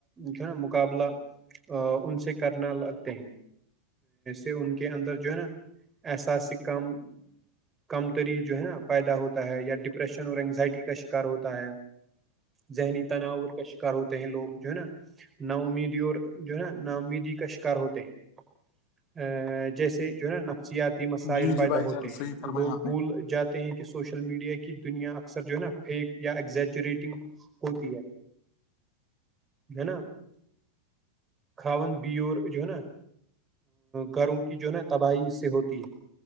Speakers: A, on the right; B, on the left.
A: جو نا مقابلہ ا ان سے کرنا لگتے ہیں ے ان کے اندر جو ہے نا احساس سے کم کم تری جو ہے نا پیدا ہوتا ہے یا ڈپریشن اور انینگزائٹی کا شکار ہوتا ہے ذہنی تناؤور کا شکار ہوتے ہیں لوگ جو ہے نا نا امیدی اور جو ہے نا نامدی کا شکار ہوتے ہیں ا جیسے جو ہے نا ن ن سیاتی مسائل
B: جی جی
A: پیدا
B: بھائی
A: ہوتے
B: جان صحیح
A: ہیں
B: فرمایا
A: لوگ
B: آپ نے
A: بھول جات ہیں کہ سوشل میڈیا کی دنیا اکثر جو ہے نا فیک یا ایزجرییٹنگ ہوتی ہے ہے نا کھاند بیور جو ہے نا گروں کی جو ہے نا تباہی اس سے ہوتی ہے